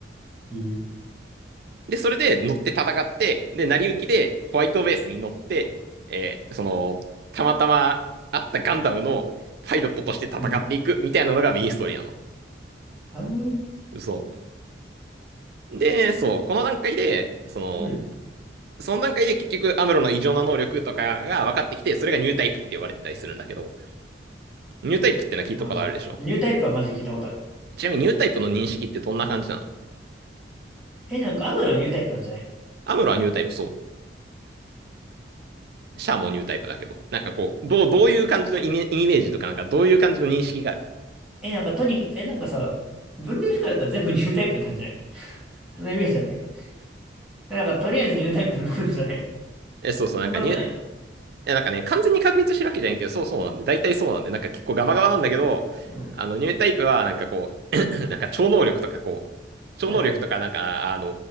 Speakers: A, in the centre; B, on the right.
A: へえ。
B: で、それで乗って戦って、で、成り行きでホワイトベースに乗って、えーその、たまたま会ったガンダムのパイロットとして戦っていくみたいなのがメインストーリーなの。
A: うん。なるほどね。
B: そう。で、そう、この段階で、その、
A: うん。
B: その段階で結局アムロの異常な能力とかが分かってきて、それがニュータイプって言われてたりするんだけど、ニュータイプってのは聞いたことあるでしょ
A: あ、ニュータイプはマジ聞いたことあるわ。
B: ちなみにニュータイプの認識ってどんな感じなの
A: え、なんかアムロはニュータイプなんじゃないの
B: アムロはニュータイプ、そう。シャアもニュータイプだけど、なんかこう、どう、どういう感じのイメイメージとか、なんかどういう感じの認識がある
A: え、なんかとにかく、え、なんかさ、分類不可だったら全部ニュータイプになるんじゃないのそんなイメージなんだけど。え、なんかとりあえずニュータイプになるんじゃないの
B: え、そうそう、なんかニュー
A: そんなことないの
B: や、なんかね、完全に確立してるわけじゃないけど、そうそうなんで、大体そうなんで、なんか結構ガバガバなんだけど、
A: うん。
B: あの、ニュータイプは、なんかこう、<clears throat> なんか超能力とかこう、超能力とか、
A: はいはい。
B: なんか、あの